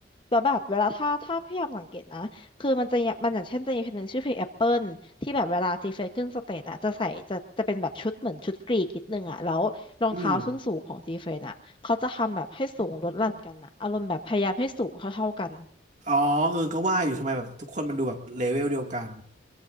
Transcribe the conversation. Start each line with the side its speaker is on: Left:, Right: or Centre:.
Left: แล้วแบบเวลาถ้าถ้าพยายามสังเกตนะคือมันจะอย่างมันอย่างเช่นจะมีเพลงหนึ่งชื่อเพลงแอปเปิลที่แบบเวลาจีเฟสขึ้นสเตจอ่ะจะใส่จะจะเป็นแบบชุดเหมือนชุดกรีกนิดนึงอ่ะแล้วรองเท้าส้นสูงของจีเฟสอ่ะเขาจะทำแบบให้สูงลดหลั่นกันอ่ะอารมณ์แบบพยายามให้สูงเท่าๆกัน
Right: อืม อ๋อเออก็ว่าอยู่ทำไมแบบทุกคนมันดูแบบเลเวลเดียวกัน